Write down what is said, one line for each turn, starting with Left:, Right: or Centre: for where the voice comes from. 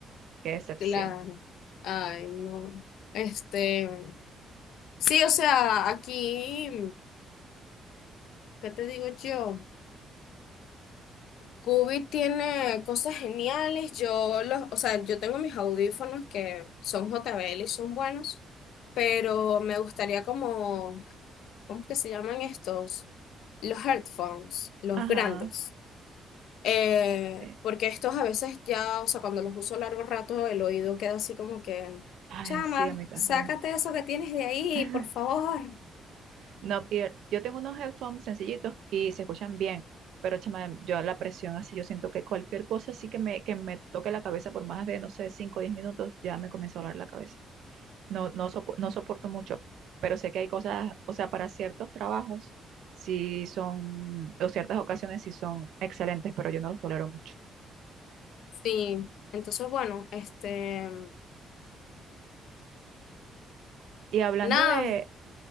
Right: Qué decepción.
Left: Claro. Ay, no. Este, sí, o sea, aquí, ¿qué te digo yo? Cubi tiene cosas geniales. Yo los, o sea, yo tengo mis audífonos que son JBL y son buenos, pero me gustaría como, ¿cómo es que se llaman estos? Los headphones, los
Right: Ajá.
Left: grandes. Eh,
Right: sí.
Left: porque estos a veces ya, o sea, cuando los uso largo rato, el oído queda así como que,
Right: Ay,
Left: chama,
Right: sí, a mí también.
Left: sácate eso que tienes de ahí,
Right: <laughs>
Left: por favor.
Right: No, y yo tengo unos headphones sencillitos y se escuchan bien, pero chama, yo la presión así, yo siento que cualquier cosa así que me, que me toque la cabeza por más de, no sé, 5 o 10 minutos, ya me comienza a doler la cabeza. No, no, sopo- no soporto mucho, pero sé que hay cosas, o sea, para ciertos trabajos, sí son, o ciertas ocasiones sí son excelentes, pero yo no los tolero mucho.
Left: Sí, entonces, bueno, este,
Right: Y hablando
Left: nada.
Right: de